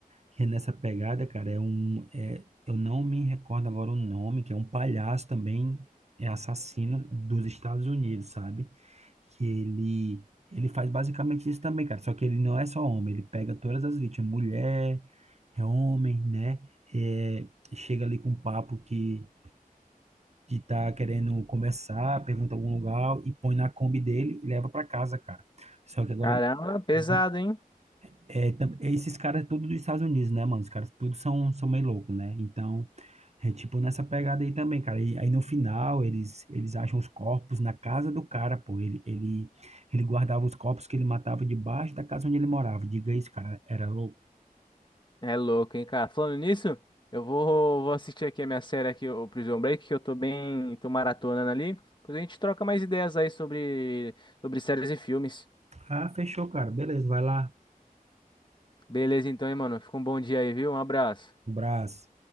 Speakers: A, on the right (about 45°); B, on the left (about 30°).
A: que é nessa pegada, cara, é um. É, eu não me recordo agora o nome, que é um palhaço também, é assassino dos Estados Unidos, sabe? Que ele. Ele faz basicamente isso também, cara. Só que ele não é só homem, ele pega todas as vítimas, mulher, é homem, né? É, chega ali com um papo que, que tá querendo conversar, pergunta algum lugar e põe na Kombi dele e leva pra casa, cara. Só que agora
B: Caramba, pesado,
A: eu
B: hein?
A: é, tam- é, esses caras é tudo dos Estados Unidos, né, mano? Os caras tudo são, são meio louco, né? Então, é tipo nessa pegada aí também, cara. E aí no final, eles, eles acham os corpos na casa do cara, pô. Ele, ele, ele guardava os corpos que ele matava debaixo da casa onde ele morava. Diga isso, cara. Era louco.
B: É louco, hein, cara? Falando nisso, eu vou, vou assistir aqui a minha série aqui, o Prison Break, que eu tô bem, tô maratonando ali. Depois a gente troca mais ideias aí sobre, sobre séries e filmes.
A: Ah, fechou, cara. Beleza, vai lá.
B: Beleza, então, hein, mano? Fica um bom dia aí, viu? Um abraço.
A: Um abraço.